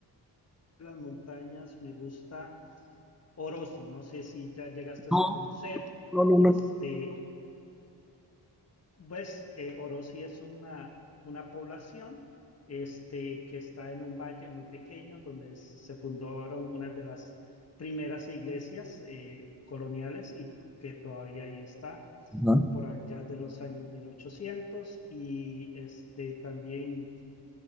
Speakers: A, on the left; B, in the centre.
A: las montañas me gusta Orosi, no sé si ya llegaste
B: No,
A: a conocer.
B: no,
A: Este,
B: no,
A: pues eh, Orosi es una, una población este, que está en un valle muy pequeño donde es- se fundaron una de las primeras iglesias eh, coloniales y que todavía ahí está
B: no.
A: por allá de los años mil ochocientos y este, también